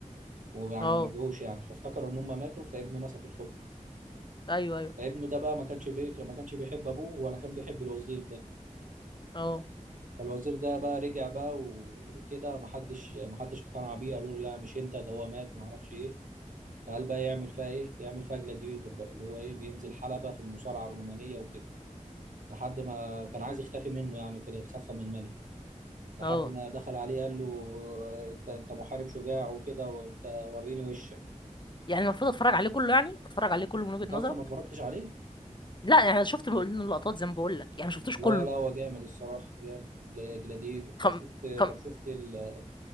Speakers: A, on the right; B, on the left.
A: ويعني
B: اه
A: ما رجعوش يعني فافتكروا ان هم ماتوا فابنه مسك الحكم
B: ايوه ايوه
A: فابنه ده بقى ما كانش بي... ما كانش بيحب ابوه ولا كان بيحب الوزير ده
B: اه
A: فالوزير ده بقى رجع بقى و- وكده ما حدش ما حدش اقتنع بيه قالوا له لا مش انت ده هو مات ما اعرفش ايه فقال بقى يعمل فيها ايه يعمل فيها جلاديتور بقى اللي هو ايه بينزل حلبة في المصارعة الرومانية وكده لحد ما كان عايز يختفي منه يعني وكده يتخفى من الملك لحد
B: اه
A: ما دخل عليه قال له آه، انت انت محارب شجاع وكده وانت وريني وشك
B: يعني المفروض اتفرج عليه كله يعني اتفرج عليه كله من وجهة
A: انت اصلا
B: نظرك
A: ما اتفرجتش عليه
B: لا يعني انا شفت منه لقطات زي ما بقول لك يعني ما شفتوش
A: لا
B: كله
A: لا هو جامد الصراحه جامد جلا- جلاديتور
B: خم
A: طب شفت
B: خم
A: طب شفت ال...